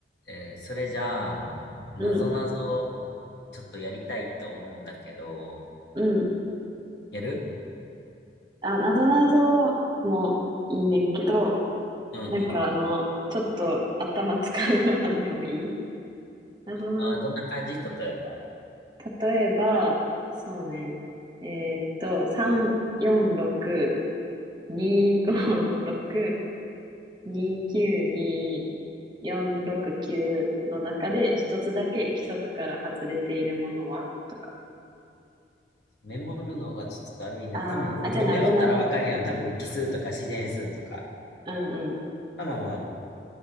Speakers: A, on the left; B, on the right.
A: えーそれじゃあ、なぞなぞ、
B: うん、
A: ちょっとやりたいと思うんだけど、
B: うん。
A: やる
B: あ、なぞなぞもいいねんけど、
A: うんうん。
B: なんかあの、ちょっと頭使うようなんでもいいなぞな、
A: あー、どんな感じ例えば。
B: 例えば、そうね、えーっと、3、4、6、2、5、6、2、9、2、4、6、9の中で一つだけ規則から外れているものはとか。
A: メモるのがちょっとだるいな。
B: あーあ、
A: 多分、あの、
B: じゃあなぞなぞ。
A: メモったらわかるやん。多分、奇数とか自然数とか。
B: うんうん。
A: まあまあまあ。